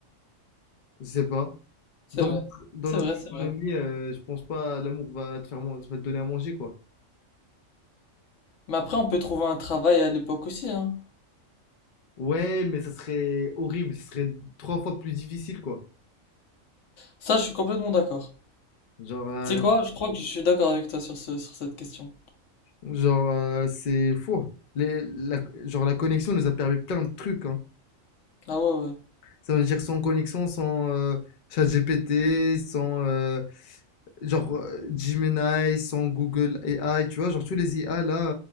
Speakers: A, on the left; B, on the left.
A: Je sais pas.
B: C'est
A: Dans,
B: vrai.
A: notre- dans
B: C'est
A: notre
B: vrai, c'est
A: économie,
B: vrai.
A: euh, je pense pas l'amour va te faire man- va te donner à manger, quoi.
B: Mais après, on peut trouver un travail à l'époque aussi, hein.
A: Ouais, mais ça serait horrible, ce serait trois fois plus difficile, quoi.
B: Ça, je suis complètement d'accord.
A: Genre,
B: Tu
A: euh,
B: sais quoi? Je crois que je suis d'accord avec toi sur ce, sur cette question.
A: Genre, euh, c'est fou. Les, la, genre, la connexion nous a permis plein de trucs. hein.
B: Ah ouais, ouais.
A: Ça veut dire sans connexion, sans euh, ChatGPT, sans euh, genre euh, Gemini, sans Google AI, tu vois, genre tous les IA là,